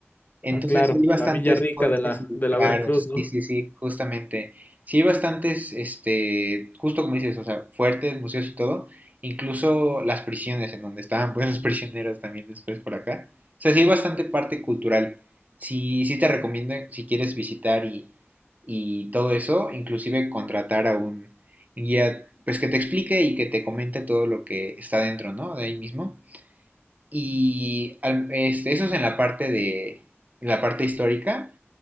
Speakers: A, on the right; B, on the left.
A: Entonces
B: Ah, claro,
A: sí hay bastantes
B: la Villa Rica
A: fuertes
B: de la,
A: y
B: de
A: claros,
B: la Veracruz, ¿no?
A: sí, sí, sí, justamente. Sí hay bastantes, este, justo como dices, o sea, fuertes, museos y todo, incluso las prisiones en donde estaban pues los <laughs> prisioneros también después por acá. O sea, sí hay bastante parte cultural. Sí, sí te recomiendo si quieres visitar y, y todo eso, inclusive contratar a un guía, pues que te explique y que te comente todo lo que está dentro, ¿no? De ahí mismo. Y al- este, eso es en la parte de, en la parte histórica.